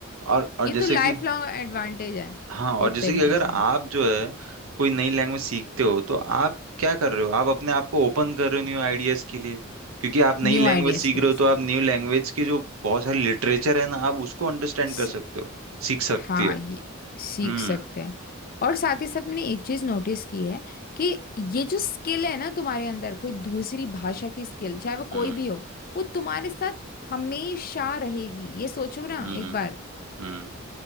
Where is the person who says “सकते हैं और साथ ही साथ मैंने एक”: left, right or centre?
Left